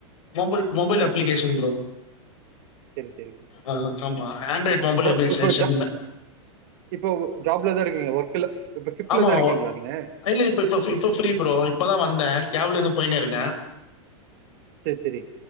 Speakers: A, on the left; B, on the right.
A: mobile mobile
B: okay
A: application
B: okay
A: bro
B: சேரி சேரி ப்ரோ
A: ஆ ஆமா ஆண்ட்ராய்ட் மொபைல்
B: இப்போ
A: அப்ரிஷேஷன்ல
B: இப்போ ஜா இப்போ ஜாப்லதா இருக்கீங்க ஒர்க்ல இப்ப சிஃப்ட்ல
A: ஆமா.
B: தா இருக்கீங்ளா
A: ஒ
B: நீங்க
A: இல்ல இப்ப இப்ப ஃபி இப்ப ஃப்ரீ ப்ரோ இப்பதா வந்தே கேப்லுந்து போய்னே இருக்கே
B: சேரி சேரி